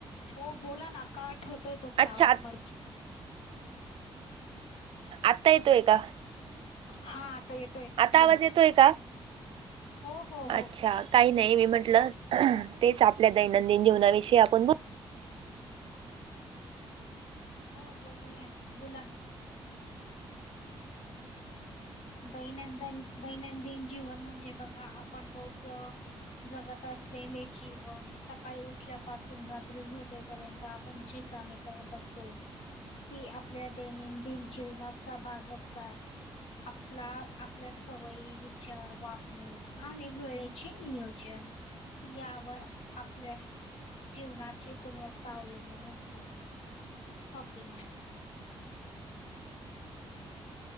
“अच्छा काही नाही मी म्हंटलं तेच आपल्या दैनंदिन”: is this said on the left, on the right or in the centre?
Right